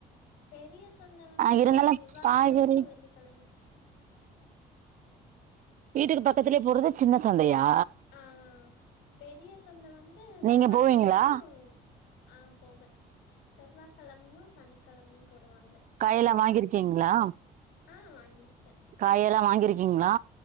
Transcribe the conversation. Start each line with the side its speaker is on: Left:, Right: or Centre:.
Left: பெரிய சந்த வந்து
Right: ஆ இருந்தாலு
Left: செவ்வாகெழமயு
Right: காய்கறி
Left: வெள்ளி கெழமயு
Right: வீட்டுக்கு பக்கத்திலேயே போடுறது சின்ன சந்தையா
Left: ஆ பெரிய சந்த வந்து
Right: நீங்க
Left: செவ்வா
Right: போவீங்களா
Left: கெழமயூ ஆ போவே செவ்வாகெழமயு சனிக்கெழமயு போடுவாங்க
Right: காய்யெல்லா வாங்கியிருக்கீங்களா
Left: ஆ வாங்கியிருக்கே
Right: காயெல்லா வாங்கிருக்கீங்களா